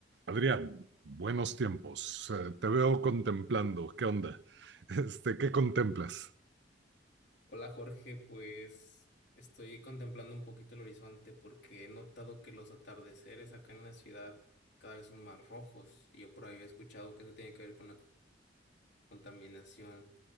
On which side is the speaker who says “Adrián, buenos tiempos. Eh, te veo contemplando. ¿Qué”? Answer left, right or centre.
Right